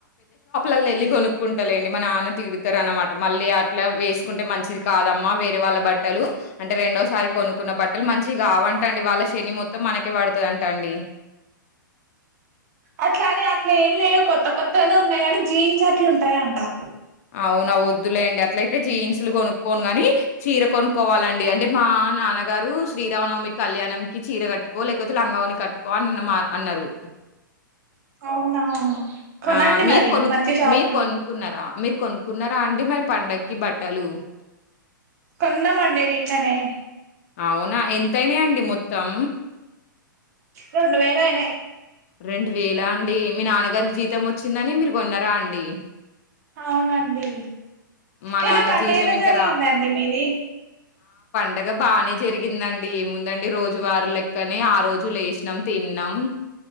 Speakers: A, on the left; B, on the right.
A: వాళ్ళ వెళ్ళి కొనుక్కుంటాండి మా నాన్న తీడుతారు అనమాట మళ్ళీ అట్లా వేసుకుంటే మంచిది కాదమ్మా వేరే వాళ్ళ బట్టలు అంటే రెండోసారి కొనుక్కున్న బట్టలు మంచి కావంటండి వాళ్ళ శని మొత్తం మనకే పడతదంటా అండి
B: అట్లానే అట్లా ఏం లేవు కొత్త కొత్తగానే ఉన్నాయి కానీ జీన్స్ అట్లా ఉంటాయంట-
A: అవునా వద్దులే అండి అట్లయి అంటే జీన్సులు కొనుక్కోను గానీ చీర కొనుక్కోవాలండి అంటే మా నాన్నగారు శ్రీరామనవమి కళ్యాణంకి చీర కట్టుకో లేకపోతే లంగావుని కట్టుకో అన్న మా అన్నారు
B: అవునా కొనండి
A: ఆ మీరు
B: మరి
A: కొనుక్
B: మంచి షాప్
A: మీరు
B: లో
A: కొనుక్కున్నారా మీరు కొనుక్కున్నారా అండి మరి పండకి బట్టలు
B: కొన్నమండి నిన్ననే
A: అవునా ఎంతైనాయి అండి మొత్తం
B: రెండువేలు అయినాయి
A: రెండు వేలా అండి మీ నాన్నగారికి జీతం వచ్చిందని మీరు కొన్నరా అండి
B: అవునండి
A: మా
B: ఏలా
A: నాన్న
B: పండుగలో
A: జీతం ఇంకా
B: జరిగిందండి మీది
A: అండగా బానే జరిగిందండి ఏముందండి రోజువారు లెక్కనే ఆ రోజు లేసినాం తిన్నాం